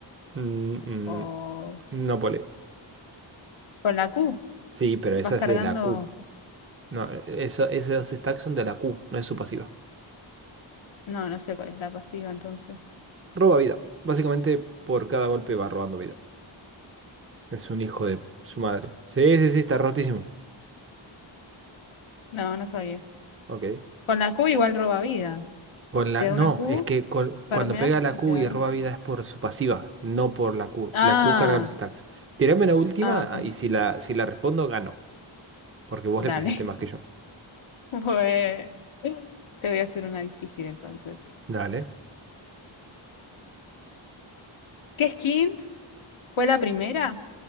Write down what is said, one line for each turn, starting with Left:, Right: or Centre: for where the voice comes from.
Right: Mm,
Left: O
Right: mm, no, pole.
Left: con la Q.
Right: Sí, pero esa
Left: Vas
Right: es
Left: cargando.
Right: de la Q. No, eso, esos stacks son de la Q, no es su pasiva.
Left: No, no sé cuál es la pasiva entonces.
Right: Roba vida. Básicamente, por cada golpe va robando vida. Es un hijo de su madre. Sí, sí, sí, está rotísimo.
Left: No, no sabía.
Right: Ok.
Left: Con la Q igual roba vida.
Right: Con la,
Left: Pega
Right: no,
Left: una Q,
Right: es que con-
Left: farmeas
Right: cuando pega la
Left: y
Right: Q
Left: te da
Right: y
Left: vida.
Right: roba vida es por su pasiva, no por la Q.
Left: Ah,
Right: La Q carga los stacks. Tirame la última
Left: ah, ok.
Right: ah, y si la, si la respondo, gano. Porque vos
Left: Dale.
Right: le pifiaste más que yo.
Left: <laughs> Pues te voy a hacer una difícil entonces.
Right: Dale.
Left: ¿Qué skin fue la primera